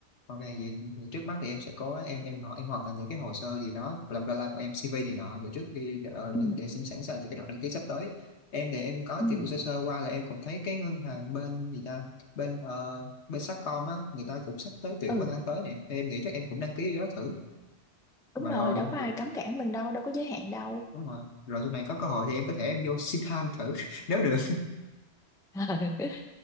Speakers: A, on the left (about 75°); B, in the centre.
A: ok vậy, vậy trước mắt thì em sẽ có em em họ em hoàn thành những cái hồ sơ gì đó làm ra của em CV này nọ để trước khi để để,
B: ừ
A: để xem sẵn sàng cho cái đợt đăng ký sắp tới em thì em có
B: ừ
A: tìm hiểu sơ sơ qua là em cũng thấy cái ngân hàng bên gì ta bên ờ, bên Sacom á người ta cũng sắp tới tuyển
B: Ừ,
A: vào tháng tới nè em nghĩ chắc em cũng đăng ký vô đó thử
B: đúng
A: mà
B: rồi
A: rồi
B: đâu có ai
A: rồi-
B: cấm cản mình đâu đâu có giới hạn đâu
A: đúng rồi rồi sau này có cơ hội thì em có thể em vô xin han thử <laughs> nếu được
B: <laughs>